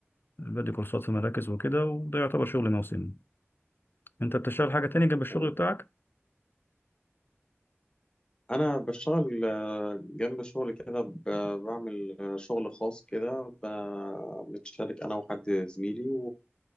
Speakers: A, on the left; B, on the left.
A: بدي كورسات في مراكز وكده وده يعتبر شغل موسمي انت بتشتغل حاجة تانية جنب الشغل
B: تمام
A: بتاعك
B: انا بشتغل آه، جنب شغل كده ب- بعمل آه، شغل خاص كده ب- بنتشارك انا وحد زميلي